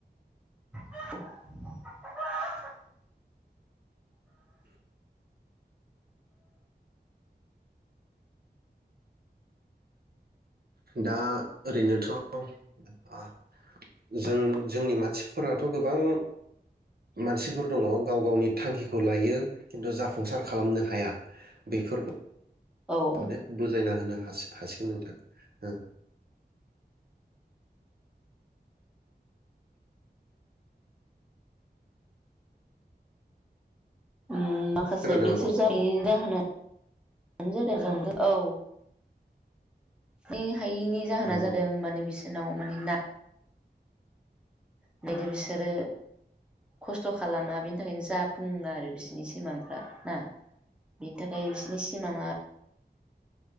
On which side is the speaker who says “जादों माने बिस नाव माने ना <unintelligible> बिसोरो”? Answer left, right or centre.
Centre